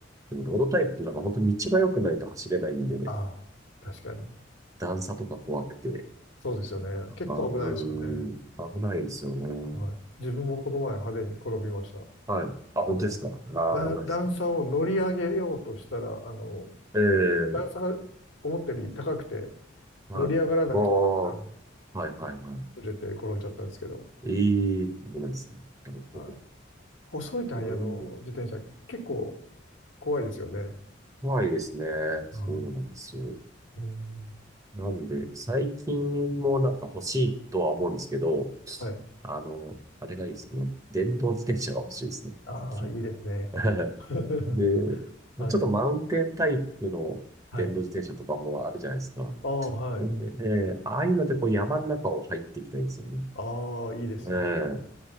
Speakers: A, on the right (about 20°); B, on the left (about 75°).
A: でもロードタイプってなんか本当に道が良くないと走れないんでね、
B: ああ、確かに。
A: 段差とか怖くて、
B: そうですよね。
A: なかなか、
B: 結構危ないですよね。
A: うーん、危ないんですよね。
B: はい。自分もこの前派手に転びました。
A: はい。あ、本当ですか。
B: あの、
A: ああ、
B: だ、
A: ないですね。
B: 段差を乗り上げようとしたら、あの、
A: ええ、
B: 段差が思ったより高くて、
A: はい。
B: 乗り上がらなくて、
A: ああ、
B: あの、
A: はいはいは
B: ずれて転んじゃったんですけど、
A: い。いい、危ないですね。なるほど。
B: はい。細いタイヤの自転車、
A: うん、
B: 結構怖いですよね。
A: 怖いですね。そうなんです
B: うん。うん。
A: なんで、最近もなんか欲しいとは思うんですけど、
B: はい。
A: あの、あれがいいですね。電動自転車が欲しいですね。
B: ああ、
A: 最近
B: いいですね。
A: <laughs>
B: <laughs>
A: で、ちょっとマウンテンタイプの電動自転車とかもあるじゃないですか。
B: はい。はい。ああ、はい。
A: で、えーああいうのでこう山の中を入っていきたいんですよね。
B: ああ、いいですね。
A: ええ